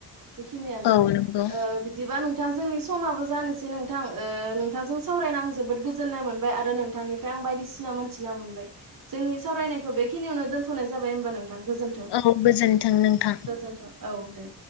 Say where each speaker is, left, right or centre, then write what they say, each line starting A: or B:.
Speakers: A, on the right; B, on the left.
A: बेखिनियानो
B: औ नंगौ
A: ओ बिदिबा नों थां जोंनि समाबो जानोसै नोंथां ओ नोंथांजों सावरायना आं जोबोद गोजोननाय मोनबाय आरो नोंथांनिफ्राय आं आं बायदिसिना मोनथिना मोनबाय जोंनि सावरायनायखौ बेखिनियावनो दोन्थ'नाय जाबाय होनबा नों थां गोजोनथों
B: औ गोजोन्थों नोंथां
A: गोजोनथों औ दे।